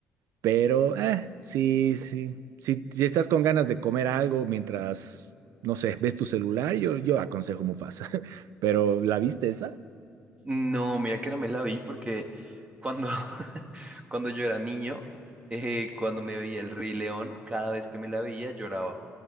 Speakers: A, on the right; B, on the right.
A: pero eh, sí, sí, si, si estás con ganas de comer algo mientras, no sé, ves tu celular, yo, yo aconsejo Mufasa, <laughs> pero ¿la viste esa?
B: No, mira que no me la vi porque cuando, <laughs> cuando yo era niño, eh, cuando me veía el Rey León, cada vez que me la veía lloraba.